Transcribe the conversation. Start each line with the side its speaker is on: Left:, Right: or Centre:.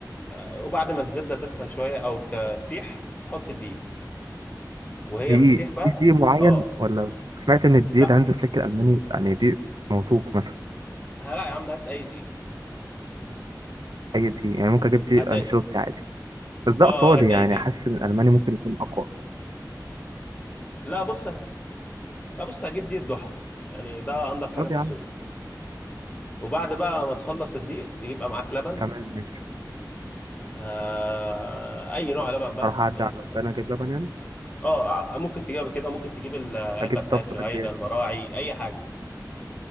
Left: وبعد ما الزبده تسخن شويه او تسيح حط الدقيق وهي
Right: دقيق
Left: بتسيح بقى
Right: في دقيق معين
Left: اه
Right: ولا سمعت ان الدقيق
Left: لا
Right: الهانز فليك الالماني يعني دقيق موثوق مثلا
Left: لا يا عم هات اي دقيق
Right: اي دقيق يعني ممكن اجيب دقيق
Left: هات اي
Right: انشيلوتي عادي بس ده
Left: اه
Right: ايطالي
Left: آه، هات
Right: يعني
Left: اي دقيق
Right: حاسس ان الالماني ممكن يكون اقوى
Left: لا بص لا بص هجيب دقيق ضحى يعني ده انضف حاجه
Right: طب
Left: في
Right: يا
Left: السوق
Right: عم
Left: وبعد بقى ما تخلص الدقيق تجيب بقى معاك لبن
Right: تمام ماشي
Left: آه... اي نوع لبن بقى
Right: اروح اعدي
Left: آه،
Right: على البنى اجيب لبن يعني
Left: اه ع- ممكن تجيبها كده ممكن تجيب العلبه
Right: اجيب
Left: بتاعت
Right: طب
Left: جهينه
Right: قد ايه
Left: المراعي اي حاجه